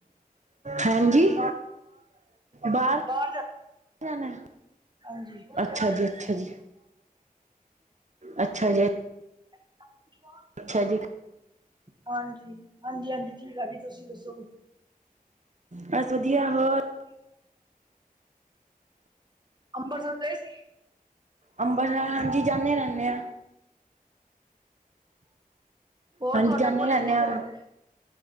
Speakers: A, on the right; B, on the right.
A: ਹਾਂਜੀ, ਬਾਰ
B: ਬਾਹਰ ਜਾ
A: <unintelligible> ਜਾਨੈ।
B: ਹਾਂਜੀ ਹਾਂਜੀ
A: ਅੱਛਾ ਜੀ, ਅੱਛਾ ਜੀ, ਅੱਛਾ ਜੀ
B: <inaudible>
A: ਅੱਛਾ ਜੀ।
B: ਹਾਂਜੀ, ਹਾਂਜੀ ਹਾਂਜੀ ਠੀਕ ਆ ਜੀ ਤੁਸੀਂ ਦੱਸੋ।
A: ਬਸ ਵਧੀਆ ਹੋਰ
B: ਅੰਬਰਸਰ ਗਏ ਸੀ।
A: ਅੰਬਰਸਰ, ਹਾਂਜੀ ਜਾਨੇ ਰੈਨੇ ਆ।
B: ਹੋਰ
A: ਹਾਂਜੀ,
B: ਤੁਹਾਡਾ
A: ਜਾਨੇ
B: ਕੋਲੇਜ
A: ਰੈਨੇ
B: ਕਿੱਧਰ
A: ਆ।
B: ਹੈਗਾ